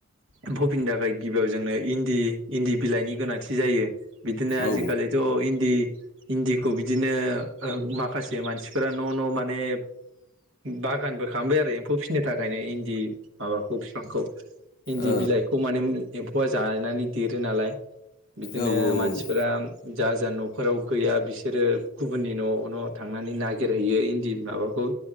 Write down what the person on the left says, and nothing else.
ओ
औ
औ औ